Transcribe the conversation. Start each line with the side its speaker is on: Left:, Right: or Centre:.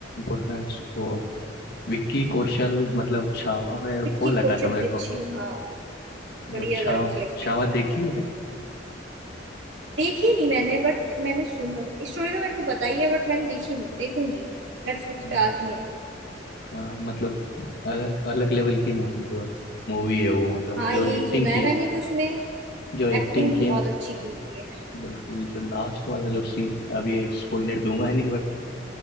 Left: वो है वो विक्की कौशल मतलब छावा में वो
Right: विक्की
Left: लगा
Right: कौशल
Left: था मेरे
Right: विच्छी
Left: को
Right: हाँ
Left: मतलब
Right: बढ़िया
Left: छावा
Right: कर रखी है एक्टिंग
Left: छावा देखी है
Right: देखी नहीं मैंने बट मैंने सुना स्टोरी तो मेरे को पता ही है बट मैंने देखी नहीं देखूंगी नेटफ्लिक्स
Left: हाँ
Right: पे आ गई है वो।
Left: हाँ, मतलब अलग अलग लेवल की मूवी वो है मूवी है वो मतलब
Right: हाँ
Left: जो
Right: यही
Left: एक्टिंग
Right: सुना है
Left: की है
Right: मैंने कि उसमें
Left: जो एक्टिंग
Right: एक्टिंग
Left: की
Right: बहुत
Left: है
Right: अच्छी की हुई है
Left: बिल्कुल जो लास्ट वाला जो सीन अभी स्पॉइलर दूंगा नहीं बट